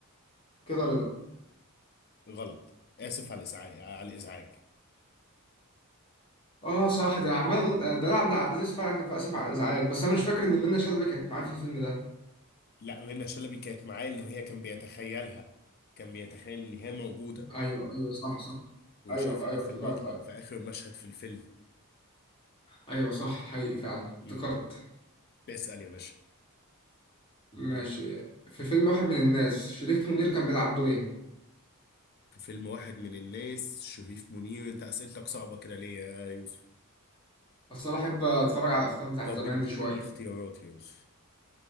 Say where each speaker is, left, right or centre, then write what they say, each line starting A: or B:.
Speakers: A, on the left; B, on the left.
A: كده رضا
B: غلط آسف على الإزعاج على الإزعاج
A: اه صح ده عمال اقول آه، دلال عبد العزيز فعلا كان في اسف على الازعاج بس انا مش فاكر ان منى شلبي كانت معاه في الفيلم ده
B: لا منى شلبي كانت معاه اللي هي كان بيتخيلها كان بيتخيل إن هي موجودة
A: ايوه ايوه صح صح
B: وشافها
A: ايوه ايوه
B: في
A: افتكرت
B: المطعم
A: ايوه
B: في آخر مشهد في الفيلم
A: ايوه صح حقيقي فعلا افتكرت
B: امم اسأل يا باشا
A: ماشي في فيلم واحد من الناس شريف منير كان بيلعب دور ايه
B: في فيلم واحد من الناس شريف منير أنت أسئلتك صعبة كده ليه يا يوسف
A: اصل انا بحب اتفرج على الافلام بتاعت
B: طب
A: زمان
B: اديني
A: دي شويه
B: اختيارات يا يوسف